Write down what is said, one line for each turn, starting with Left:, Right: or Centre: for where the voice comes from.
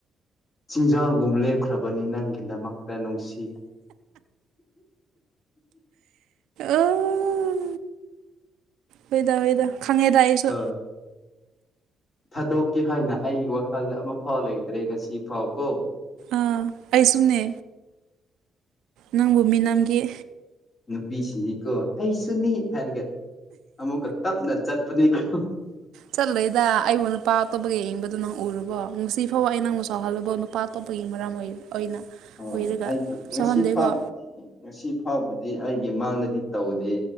Left: ꯆꯤꯟꯖꯥꯎꯒꯨꯝ ꯂꯦꯞꯈ꯭ꯔꯕꯅꯤ ꯅꯪꯒꯤꯗꯃꯛꯇ ꯅꯨꯡꯁꯤ
Right: ꯑ‌ꯣ ꯍꯣꯏꯗ ꯍꯣꯏꯗ ꯈꯪꯉꯦꯗ ꯑꯩꯁꯨ
Left: ꯑ ꯊꯥꯗꯣꯛꯀꯦ ꯍꯥꯏꯅ ꯑꯩꯒꯤ ꯋꯥꯈꯜꯗ ꯑꯃꯐꯥꯎ ꯂꯩꯇ꯭ꯔꯦ ꯉꯁꯤ ꯐꯥꯎ ꯀꯣ
Right: ꯑꯥ ꯑꯩꯁꯨꯅꯦ ꯅꯪꯕꯨ ꯃꯤꯅꯝꯒ‌ꯦ
Left: ꯅꯨꯄꯤꯁꯤꯅꯤꯀꯣ ꯑꯩꯁꯨꯅꯤ ꯍꯥꯏꯔꯒ ꯑꯃꯨꯛꯀ ꯇꯞꯅ ꯆꯠꯄꯅꯦꯀꯣ
Right: ꯆꯠꯂ‌ꯣꯏꯗ ꯑꯩꯕꯨ ꯅꯨꯄꯥ ꯑꯇꯣꯞꯄꯒ ꯌꯦꯡꯕꯗꯨ ꯅꯪ ꯎꯔꯕꯣ ꯉꯁꯤꯐꯥꯎ ꯑꯩ ꯅꯪꯕꯨ ꯁꯥꯎꯍꯜ ꯅꯨꯄꯥ ꯑꯇꯣꯞꯄꯒꯤ ꯃꯔꯝ ꯑꯣꯏ ꯑꯣꯏꯅ
Left: ꯍꯣꯏ
Right: ꯑꯣꯏꯔꯒ
Left: ꯑꯩꯒꯤ ꯉꯁꯤ
Right: ꯁꯥꯎꯍꯟꯗꯦꯀꯣ
Left: ꯐꯥꯎꯕꯗꯤ ꯉꯁꯤ ꯐꯥꯎꯕꯗꯤ ꯑꯩꯒꯤ ꯃꯥꯡꯗꯗꯤ ꯇꯧꯗꯦ